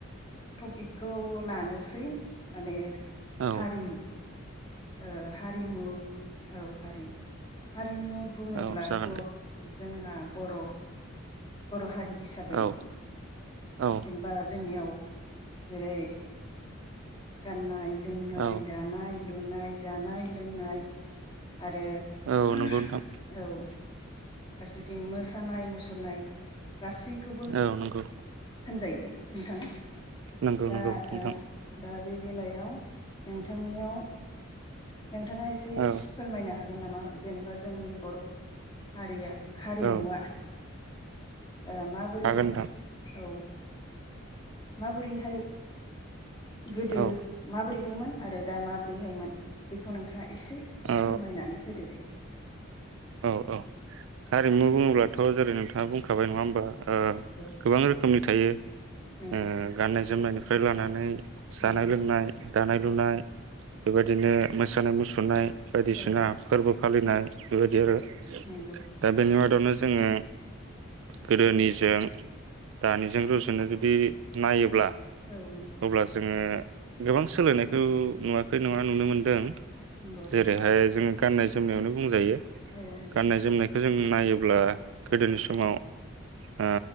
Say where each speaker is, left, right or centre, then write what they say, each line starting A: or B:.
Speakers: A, on the left; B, on the right.
A: तपिक खौ लानो सै माने
B: औ
A: हारिनि ओ हारिमु औ हारि हारिमु बुङोब्लाथ'
B: औ जागोन दे
A: जोंहा बर' बर' हारि हिसाबै
B: औ औ
A: जेनेबा जोंनियाव जेरै गाननाय जोमनाय
B: औ
A: दानाय लुनाय जानाय लोंनाय आरो
B: औ
A: <unintelligible>
B: नंगौ नोंथां
A: औ फारसेथिं मोसानाय मुसुरनाय गासैखौबो।
B: औ नंगौ
A: होनजायो नोंथां
B: नंगौ
A: दा
B: नंगौ नोंथां
A: ओ दा बे बेलायाव नोंथांनियाव नोंथाङा एसे
B: औ
A: फोरमायनो हागोन नामा? <unintelligible> बा जोंनि बर' हारिया हारिमुआ
B: औ
A: ओ माबोरैहाय
B: हागोन नोंथां
A: औ माबोरैहाय? गोदो
B: औ
A: माबोरै हायोमोन आरो दा माब्रैहायमोन बेखौ नोंथाङा एसे फोरमायनानै
B: औ
A: होदो दे।
B: औ औ हारिमु बुङोब्लाथ' जेरै नोंथाङा बुंखाबाय नङा होमबा। ओ
A: औ
B: गोबां रोखोमनि थायो।
A: नंगौ
B: ओ गाननाय जोमनायनि फ्राय लानानै जानाय
A: नंगौ
B: लोंनाय दानाय लुनाय बेबायदिनो मोसानाय मुसुरनाय बायदिसिना
A: औ
B: फोरबो फालिनाय बेबायदि आरो
A: औ नंगौ
B: दा बेनि मादावनो जोङो गोदोनिजों दानिजों रुजुनो जुदि नायोब्ला
A: औ नंगौ
B: अब्ला जोङो गोबां सोलायनायखौ नुवाखै नङा नुनो मोनदों।
A: नंगौ
B: जेरैहाय जों गाननाय जोमनायावनो बुंजायो
A: औ नंगौ
B: गाननाय जोमनायखौ जों नायोब्ला गोदोनि समाव ओ